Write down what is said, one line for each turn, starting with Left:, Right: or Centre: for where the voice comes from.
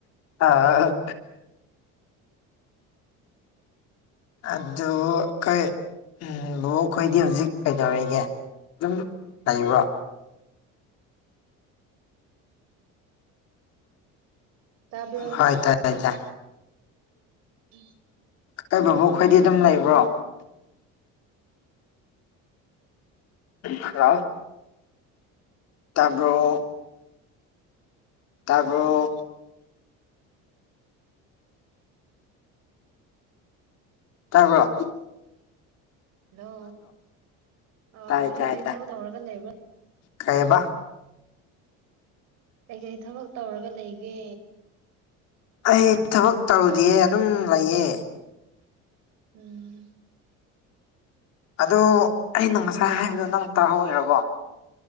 Left: ꯑ <inaudible> ꯑꯗꯨ ꯀꯩ ꯕꯤꯕꯣꯛ ꯍꯣꯌꯗꯤ ꯍꯧꯖꯤꯛ ꯀꯩꯔꯤꯒꯤ ꯑꯗꯨꯝ ꯂꯩꯕ
Right: ꯇꯥꯕ꯭ꯔꯣ
Left: ꯍꯣꯏ ꯇ ꯇ ꯇ
Right: ꯎꯝ
Left: ꯇꯣꯏ ꯕꯨꯕꯣꯛ ꯈꯣꯏꯗꯤ ꯑꯗꯨꯝ ꯂꯩꯕ꯭ꯔꯣ ꯍꯥꯂꯥꯑꯣ ꯇꯥꯕꯔꯣ ꯇꯥꯕꯔꯣ ꯇꯥꯕꯔꯥ
Right: ꯍꯜꯂꯣ ꯑ
Left: ꯇꯥꯏ
Right: ꯀꯔꯤ
Left: ꯇꯥꯏ
Right: ꯀꯔꯤ
Left: ꯇꯥꯏ
Right: ꯊꯕꯛ ꯇꯧꯔꯒ ꯂꯩꯕ꯭ꯔꯥ
Left: ꯀꯩꯕ
Right: ꯀꯩꯀꯩ ꯊꯕꯛ ꯇꯧꯔꯒ ꯂꯩꯒꯦ
Left: ꯑꯩ ꯊꯕꯛ ꯇꯧꯗꯤꯌꯦ ꯑꯗꯨꯝ ꯂꯩꯌꯦ
Right: ꯎꯝ
Left: ꯑꯗꯣ ꯑꯩꯅ ꯉꯁꯥꯏ ꯍꯥꯏꯕꯗꯣ ꯅꯪ ꯇꯥꯍꯧꯔꯕꯣ